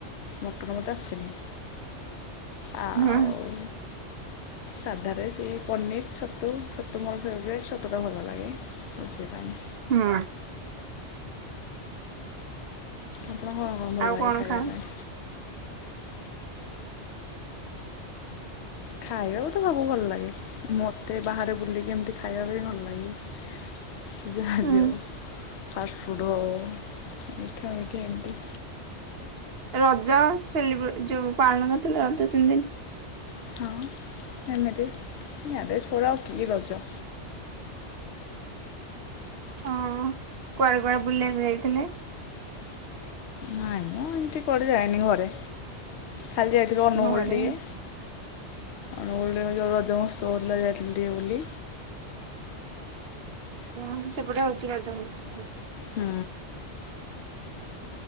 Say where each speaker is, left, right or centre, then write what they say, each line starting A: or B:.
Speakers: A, on the left (about 70°); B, on the right (about 60°).
A: ମଟନ୍ ମୋତେ ଆସିନି। ଆଉ
B: ହଁ
A: ସାଧାରେ ସେଇ ପନିର୍ ଛତୁ ଛତୁ ମୋର ଫେବରେଟ୍ ଛତୁଟା ଭଲ ଲାଗେ। ଓ ସେବାଇ
B: ହୁଁ।
A: ଆପଣଙ୍କର କଣ ଭଲ
B: ଆଉ
A: ଲାଗେ ଖାଇବା
B: ଖାଆନ୍ତି?
A: ପାଇଁ? ଖାଇବାକୁ ତ ସବୁ ଭଲ ଲାଗେ ମୋତେ ବାହାରେ ବୁଲିକି ଏମିତି ଖାଇବାକୁ ଭଲ ଲାଗେ। ସେ ଯାହା
B: ହୁଁ
A: ବି ହଉ, ଫାଷ୍ଟ ଫୁଡ୍ ହଉ ମିଠା ମିଠି ଏମିତି।
B: ରଜ ସେଲିବ୍ରେ ଯୋଉ ପାଳନ କରିଥିଲେ ରଜ ତିନି ଦିନ୍
A: <unintelligible> ଏମିତି ମ୍ୟାରେଜ ପରେ ଆଉ କି ରଜ।
B: ହଁ କୁଆଡେ କୁଆଡେ ବୁଲିଆକୁ ଯାଇଥିଲେ?
A: ନାଇଁ ମୁଁ ଏମତି କୁଆଡେ ଯାଏନି ଘରେ ଖାଲି ଯାଇଥିଲୁ ଅନୁଗୁଳ
B: ଘରେ।
A: ଟିକେ ଅନୁଗୁଳ ରେ ବା ଯୋଉ ଯୋଉଁ ସୋ ଥିଲା ଯାଇଥିଲି ଟିକେ ବୁଲି।
B: କଣ ସେପଟେ ହଉଛି ରଜ <unintelligible>
A: ହୁଁ।